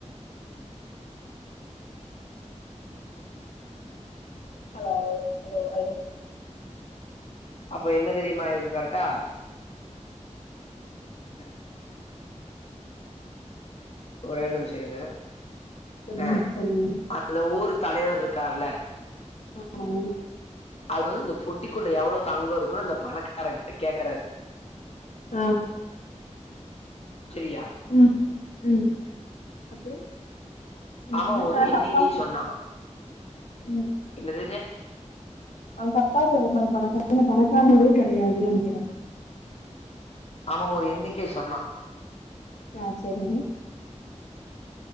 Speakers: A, on the left (about 85°); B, on the left (about 55°).
A: ஹலோ ஹலோ ஹலோ
B: அப்ப என்ன தெரியுமா ஆயிருக்கு கரெடா <inaudible> ஒரே நிமிஷ இருங்க
A: சொல்லுங்க
B: எ
A: சொல்லுங்க
B: அந்த ஊர் தலைவர் இருக்கார்ல
A: ஆமா
B: அவர் வந்து அந்த பொட்டிக்குள்ள எவ்ளோ தங்கம் இருக்குன்னு அந்த பணக்காரங்கிட்ட கேக்குறாரு
A: ஆ
B: செரியா
A: ம் ம் அப்புறோ அந்த
B: அவ
A: பணக்காரர்
B: ஒரு எண்ணிக்கை
A: அப்பா குடுத்தா
B: சொன்னா
A: ம்
B: என்னதுங்க
A: அவ தப்பா சொல்ற பணக்காரன் <inaudible> பணக்காரனோடயே கெடையாதுன் நெனைக்கிறே
B: அவ ஒரு எண்ணிக்கை சொன்னா
A: ஆ சரிங்க